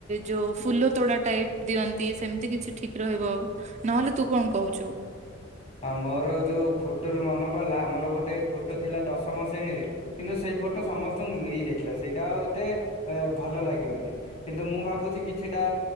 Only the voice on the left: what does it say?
ହଁ ମୋର ଯୋଉ ଫୋଟୋରୁ ମନେ ପଡିଲା ଆମର ଗୋଟେ ଫୋଟୋ ଥିଲା ଦଶମ ଶ୍ରେଣୀରେ। କିନ୍ତୁ ସେଇ ଫଟୋ ସମସ୍ତଙ୍କୁ ମିଳି ଦେଖିବା ସେଇଟା ଆଉ ଏତେ ଭଲ ଲାଗିବନି। କିନ୍ତୁ ମୁଁ ଭାବୁଛି କିଛିଟା